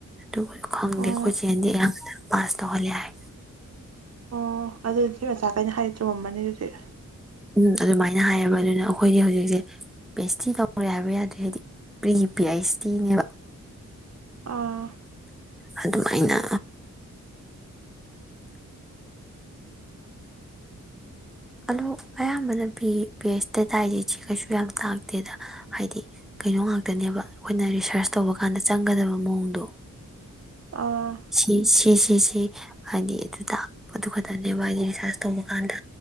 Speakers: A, in the centre; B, on the right (about 50°).
A: ꯑꯗꯨ ꯈꯪꯗꯦ
B: ꯑꯣ
A: ꯑꯩꯈꯣꯏ ꯆꯦꯟꯗꯤ ꯑꯌꯥꯝꯕꯗ ꯄꯥꯁ ꯇꯧꯍꯜꯂꯦ ꯍꯥꯏ
B: ꯑꯣ ꯑꯗꯨꯗꯤ ꯃꯆꯥꯈꯩꯅ ꯍꯥꯏꯗꯤ ꯆꯨꯝꯃꯝꯕꯅꯤ ꯍꯧꯖꯤꯛ
A: ꯎꯝ ꯑꯗꯨꯃꯥꯏꯅ ꯍꯥꯏꯌꯦꯕ ꯑꯗꯨꯅ ꯑꯩꯈꯣꯏꯗꯤ ꯍꯧꯖꯤꯛꯁꯦ ꯄꯤ ꯑꯩꯆ ꯇꯤ ꯇꯧꯔꯦ ꯍꯥꯏꯕ ꯌꯥꯗ꯭ꯔꯦ ꯍꯥꯏꯗꯤ ꯄ꯭ꯔꯤ ꯂꯤ ꯄꯤ ꯑꯩꯁ ꯇꯤꯅꯦꯕ
B: ꯑꯥ
A: ꯑꯗꯨꯃꯥꯏꯅ ꯑ ꯑꯌꯥꯝꯕꯅ ꯄ ꯄꯤ ꯑꯩꯁ ꯗꯦꯇꯥ ꯍꯥꯏꯁꯦ ꯁꯤ ꯀꯩꯁꯨ ꯌꯥꯝ ꯇꯥꯛꯇꯦꯗ ꯍꯥꯏꯗꯤ ꯀꯩꯅꯣ ꯉꯥꯛꯇꯅꯦꯕ ꯑꯩꯈꯣꯏꯅ ꯔꯤꯁꯥꯔꯁ ꯇꯧꯕ ꯀꯥꯟꯗ ꯆꯪꯒꯗꯕ ꯃꯑꯣꯡꯗꯣ
B: ꯑꯥ
A: ꯁꯤ ꯁꯤꯁꯤꯁꯤꯦ ꯍꯥꯏꯗꯤ ꯑꯗꯨ ꯇꯥꯛꯄꯗꯨ ꯈꯛꯇꯅꯦꯕ ꯍꯥꯏꯗꯤ ꯔꯤꯁꯥꯔꯁ ꯇꯧꯕ ꯀꯥꯟꯗ